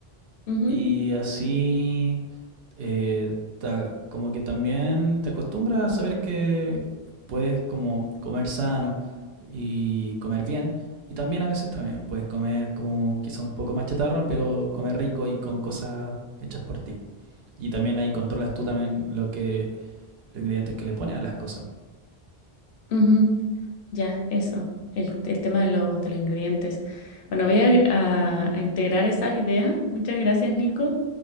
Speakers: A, on the left; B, on the right.
A: Ujú,
B: y así eh, ta- como que también te acostumbras a saber que puedes como comer sano y comer bien. Y también a veces también puedes comer como quizá un poco más chatarra, pero comer rico y con cosas hechas por ti. Y también ahí controlas tú también lo que, los ingredientes que le pones a las cosas.
A: ujú, Ya, eso, el, el tema de, los de los ingredientes. Bueno, voy a, a a integrar esas ideas. Muchas gracias, Nico.